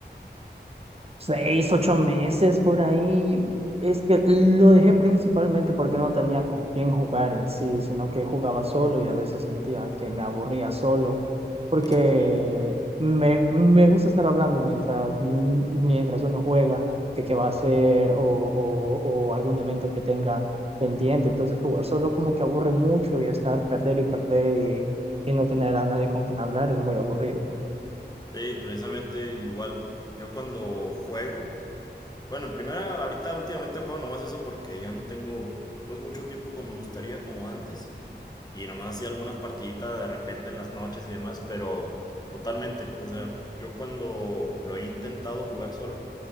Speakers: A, on the right; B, on the left.
A: seis, ocho meses por ahí. Es que lo dejé principalmente porque no tenía con quién jugar en sí, sino que jugaba solo y a veces sentía que me aburría solo, porque
B: Sí.
A: me, me gusta estar hablando mientras, mientras uno juega, que qué va a hacer o, o, o algún evento que tenga pendiente. Entonces jugar solo como que aburre mucho y estar perder y perder y, y no tener a nadie con quien hablar es muy aburrido.
B: Sí, precisamente igual. Yo cuando juego, bueno, en primera, ahorita últimamente juego nomás eso porque ya no tengo pues mucho tiempo como me gustaría, como antes. Y nomás hacía algunas partiditas de repente en las noches y demás, pero totalmente. O sea, yo cuando lo he intentado jugar solo,